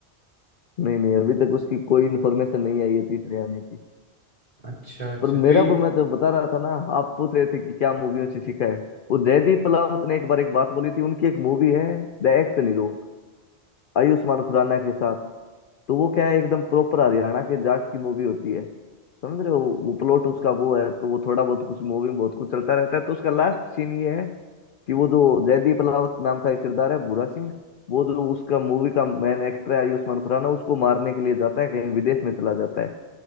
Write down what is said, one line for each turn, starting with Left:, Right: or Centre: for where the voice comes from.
Left: नहीं नहीं अभी तक उसकी कोई इन्फॉर्मेशन नहीं आई है तीसरे आने की
Right: अच्छा अच्छा
Left: पर
Right: तो
Left: मेरा
Right: ये
Left: पर मैं तो बता रहा था ना आप पूछ रहे थे कि क्या मूवियों से सीखा है वो जयदीप पलावत ने एक बार एक बात बोली थी उनकी एक मूवी है the action hero Ayushmann Khurrana के साथ तो वो क्या है एकदम प्रॉपर हरियाणा के जाट की मूवी होती है समझ रहे हो वो प्लॉट उसका वो है तो वो थोड़ा बहुत कुछ मूवी में बहुत कुछ चलता रहता है तो उसका लास्ट सीन ये है कि वो जो जयदीप अलावत नाम का एक किरदार है भूरा सिंह वो जो उसका मूवी का मेन एक्टर है आयुष्मान खुराना उसको मारने के लिए जाता है कहीं विदेश में चला जाता है